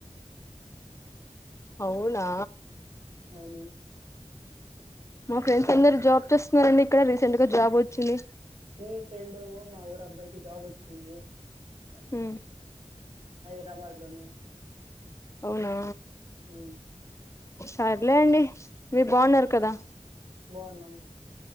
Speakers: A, on the left (about 25°); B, on the right (about 60°).
A: అవునా
B: అవును
A: మా ఫ్రెండ్స్ అందరూ జాబ్ చేస్తున్నారండి ఇక్కడ రీసెంట్ గా జాబ్ వచ్చింది
B: మీ ఫ్రెండ్ మా ఊరు అబ్బాయికి జాబ్ వచ్చింది
A: ఊ
B: హైదరాబాద్ లోని
A: అవునా
B: ఉ
A: సర్లే అండి మీరు బాగున్నారు కదా
B: బాగున్నాం